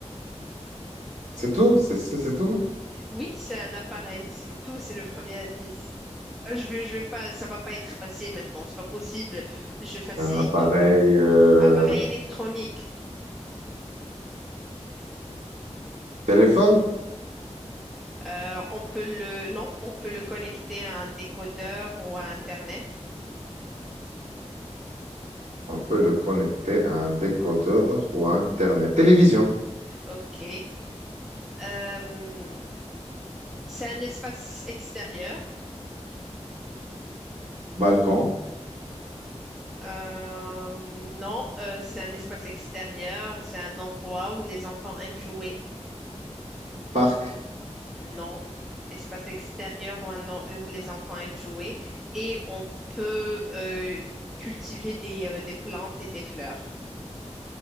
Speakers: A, on the right; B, in the centre.
A: C'est tout? C'est c'est- c'est tout?
B: Oui, c'est un appareil. C'est tout. C'est le premier indice. Euh, Je vais, je vais pas, ça va pas être facile maintenant. C'est pas possible. Je facilite
A: Un appareil
B: tout.
A: euh,
B: Appareil électronique.
A: téléphone?
B: Euh, on peut le, non, on peut le connecter à un décodeur ou à Internet.
A: On peut le connecter à un décodeur ou à Internet. Télévision,
B: Ok. Euh, c'est un espace extérieur.
A: balcon,
B: Euh, non, euh, c'est un espace extérieur, c'est un endroit où les enfants aiment jouer.
A: parc,
B: Non, espace extérieur où, un en- où les enfants aiment jouer. Et on peut euh, y cultiver des, euh, des plantes et des fleurs.